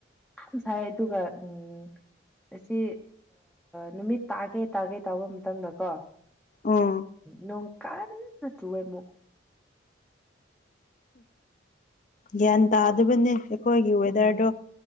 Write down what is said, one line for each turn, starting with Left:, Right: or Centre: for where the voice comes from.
Centre: ꯌꯥꯝ ꯁꯥꯏ ꯑꯗꯨꯒ ꯎꯝ ꯑꯁꯤ ꯅꯨꯃꯤꯠ ꯇꯥꯒꯦ ꯇꯥꯒꯦ ꯇꯧꯕ ꯃꯇꯝꯗꯀꯣ
Left: ꯑꯣ
Centre: ꯅꯣꯡ ꯀꯟꯅ ꯆꯨꯋꯦ ꯑꯃꯨꯛ
Left: ꯒ꯭ꯌꯥꯟ ꯇꯥꯗꯕꯅꯦ ꯑꯩꯈꯣꯏꯒꯤ ꯋꯦꯗꯔꯗꯣ
Centre: ꯎꯝ